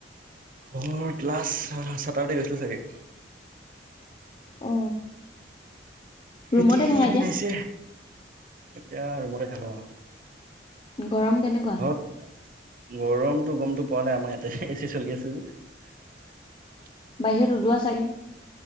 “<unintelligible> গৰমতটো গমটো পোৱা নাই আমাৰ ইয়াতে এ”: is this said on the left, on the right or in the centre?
Right